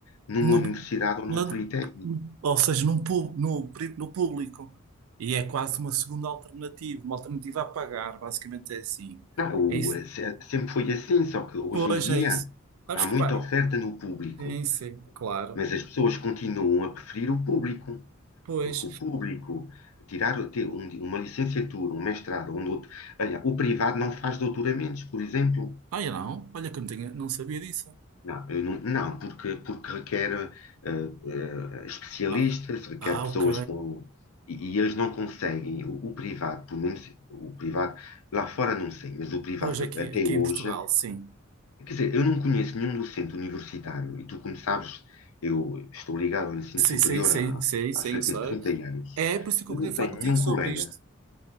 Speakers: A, on the left; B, on the right.
A: numa
B: No,
A: universidade ou num
B: lado-
A: politécnico.
B: ou seja, num, pu- no, pri- no público. E é quase uma segunda alternativa, uma alternativa a pagar, basicamente é assim.
A: Não,
B: É isso.
A: o- se- sempre foi assim, só que hoje
B: Pois
A: em dia
B: é isso. Sabes
A: há muita
B: que pá,
A: oferta no público,
B: sim, sim, claro.
A: mas as pessoas continuam a preferir o público.
B: Pois.
A: Porque o público, tirar o- ter um- uma licenciatura, um mestrado, um doutor... Olha, o privado não faz doutoramentos, por exemplo.
B: Ah, eu não. Olha que eu não, tinha, não sabia disso.
A: Não, eu não, não, porque, porque requer eh, eh, especialistas,
B: Ah,
A: requer
B: ah,
A: pessoas
B: ok.
A: com... E, e eles não conseguem. O, o privado, pelo menos o privado, lá fora não sei, mas o privado
B: Pois aqui,
A: até
B: aqui
A: hoje...
B: em Portugal, sim.
A: Quer dizer, eu não conheço nenhum docente universitário. E tu, como sabes, eu estou ligado ao ensino
B: Sim,
A: superior
B: sim, sim,
A: há,
B: sim, sim,
A: há cerca
B: eu sei.
A: de 30 anos.
B: É por isso que
A: Eu
B: eu queria
A: não
B: falar
A: tenho
B: contigo
A: nenhum
B: sobre
A: colega
B: isto.